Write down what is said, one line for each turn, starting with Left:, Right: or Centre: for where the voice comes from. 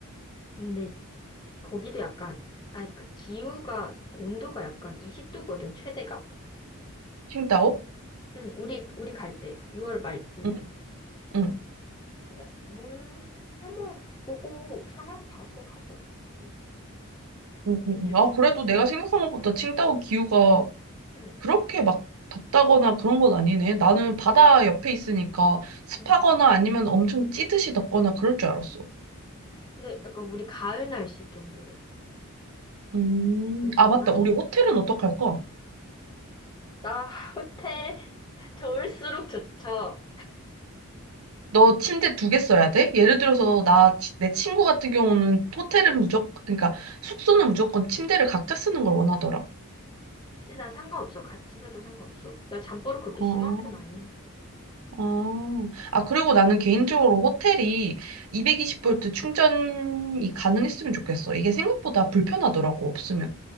Left: 근데 거기도 약간, 아, 그 기후가, 온도가 약간 20도거든, 최대가?
Right: 칭따오?
Left: 응, 우리, 우리 갈 때, 6월 말쯤에.
Right: 응, 응,
Left: 그냥 뭘 한번 보고 상황 봐서 가자. 그건
Right: 응,
Left: 맥주
Right: 응. 응. 아,
Left: 축제.
Right: 그래도 내가 생각한 것보다 칭따오 기후가
Left: 응,
Right: 그렇게 막 덥다거나 그런 건 아니네. 나는 바다 옆에 있으니까 습하거나
Left: 응.
Right: 아니면 엄청 찌듯이 덥거나 그럴 줄 알았어.
Left: 근데 약간 우리 가을 날씨 정도래.
Right: 음,
Left: 선선하게.
Right: 아, 맞다. 우리 호텔은 어떡할까?
Left: 나 호텔 <laughs> 좋을수록 좋죠.
Right: 너 침대 두 개 써야 돼? 예를 들어서 나, 치- 내 친구 같은 경우는 호텔은 무조건, 그러니까 숙소는 무조건 침대를 각자 쓰는 걸 원하더라.
Left: 근데 나 상관없어. 같이 자도 상관없어. 나 잠버릇 그렇게
Right: 어.
Left: 심한 편 아님.
Right: 아, 아, 그리고 나는 개인적으로 호텔이 220V 충전이 가능했으면 좋겠어. 이게 생각보다 불편하더라고, 없으면.